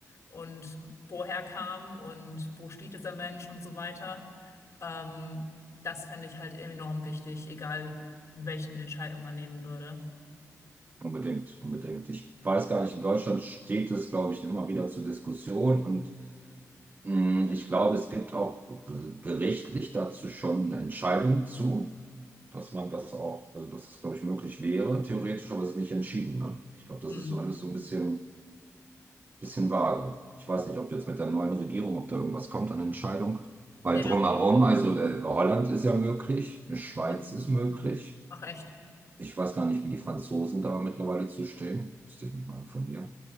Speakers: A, on the left; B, on the right.
A: und woher kam und wo steht dieser Mensch und so weiter. Ähm, das fände ich halt enorm wichtig, egal welchen Entscheidung man nehmen würde.
B: unbedingt, unbedingt. Ich weiß gar nicht, in Deutschland steht es, glaube ich, immer wieder zur Diskussion und mh, ich glaube, es gibt auch gerichtlich dazu schon eine Entscheidung zu. Dass man das auch, also dass es, glaube ich, möglich wäre, theoretisch, aber es ist nicht entschieden. Ne? Ich glaube, das
A: Hm.
B: ist so alles so ein bisschen bisschen vage. Ich weiß nicht, ob jetzt mit der neuen Regierung, ob da irgendwas kommt an Entscheidung. Weil
A: Ja,
B: drumherum, also äh, Holland ist ja möglich, eine Schweiz
A: mhm.
B: ist möglich.
A: ach echt,
B: Ich weiß gar nicht, wie die Franzosen da mittlerweile zu stehen. Müsste ich mich mal informieren.